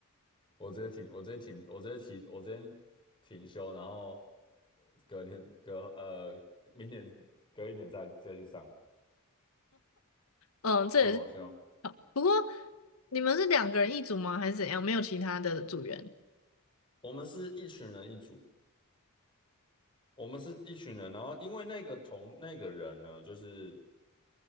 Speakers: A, on the left (about 25°); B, on the left (about 70°).
A: 我直接停我直接停我直接提我直接停休，然后隔年隔呃明年隔一年再再去上，
B: 嗯，这也是，
A: 好好笑。
B: 不过你们是两个人一组吗？还是怎样？没有其他的组员？
A: 我们是一群人一组，我们是一群人，然后因为那个同那个人呢，就是。